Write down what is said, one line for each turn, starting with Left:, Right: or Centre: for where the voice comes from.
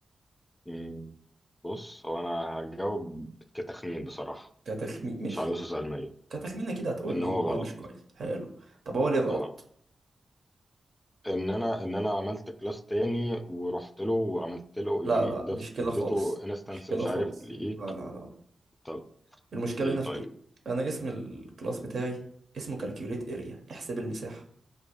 Left: مم. بص هو انا هجاوب كتخمين بصراحة
Right: كتخمين مش
Left: مش عاوز علمية
Right: كتخمين كده هتقول
Left: ان
Right: لي
Left: هو
Right: ان هو
Left: غلط
Right: مش كويس حلو طب هو ليه غلط
Left: اه ان انا ان انا عملت كلاس تاني ورحت له وعملت له
Right: لا
Left: يعني
Right: لا
Left: ضفت
Right: مش كده
Left: اديته
Right: خالص
Left: انستنس
Right: مش كده
Left: مش
Right: خالص
Left: عارف لايه
Right: لا لا لا
Left: طب
Right: المشكلة
Left: ايه
Right: هنا
Left: طيب
Right: في ايه انا اسم الكلاس بتاعي اسمه كالكيوليت اريا احسب المساحة